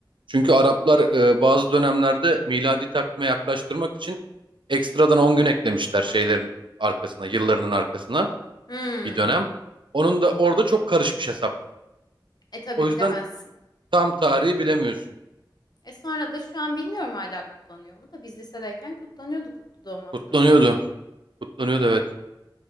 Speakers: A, on the right; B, on the left.
A: Çünkü Araplar e, bazı dönemlerde miladi takvime yaklaştırmak için ekstradan 10 gün eklemişler şeylerin arkasına, yıllarının arkasına.
B: Hmm.
A: bir dönem. Onun da orada çok karışmış hesap.
B: E tabii
A: O yüzden
B: bilemezsin.
A: tam tarihi bilemiyorsun.
B: E sonra da şu an bilmiyorum hala kutlanıyor mu da biz lisedeyken kutlanıyordu Kutlu Doğum Haftası.
A: Kutlanıyordu. Kutlanıyordu evet.